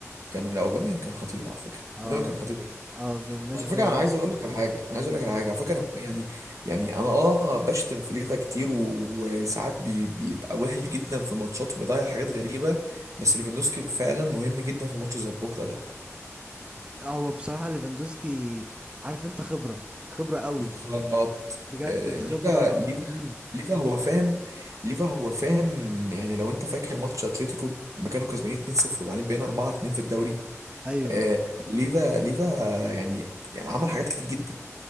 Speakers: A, on the right (about 80°); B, on the right (about 20°).
A: كان لا اوباما كان خطير على فكرة
B: اه
A: اوباما كان خطير
B: اه اوباميانج
A: بس على
B: فعلا
A: فكره انا
B: كويس
A: عايز اقول لك على حاجه انا عايز اقول لك
B: مم.
A: على حاجه على فكره أنا يعني يعني انا اه بشتم في ليفا كتير و- وساعات بي بيبقى وحش جدا في ماتشات وبيضيع حاجات غريبه بس ليفاندوسكي فعلا مهم جدا في ماتش زي بكره ده
B: آه، هو بصراحة ليفاندوسكي عارف انت خبرة خبرة قوي
A: بالظبط
B: بجد
A: آه،
B: الخبرة
A: ليفا ليفا
B: امم
A: ليفا هو فاهم ليفا هو فاهم يعني لو انت فاكر ماتش اتلتيكو لما كانوا كسبانين 2-0 وبعدين بقينا 4-2 في الدوري
B: ايوه
A: آه، ليفا ليفا يعني يعني عمل حاجات كتير جدا